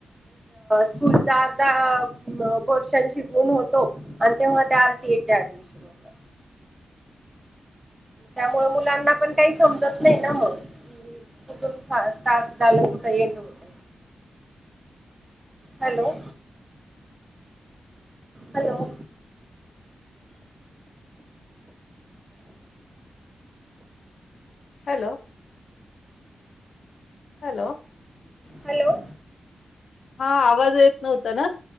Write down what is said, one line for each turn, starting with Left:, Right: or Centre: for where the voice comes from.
Right: स्कूलचा अर्धा पोर्शन शिकवून होतो आणि तेव ते आरटीए च्या आहेत शरू होतात त्यामुळे मुलांना पण काही समजत नाही ना मण कुठून स्टार्ट झालं कुठं एंड होतं hello. Hello.
Left: Hello. Hello.
Right: Hello.
Left: हा, आवाज येत नव्हता ना?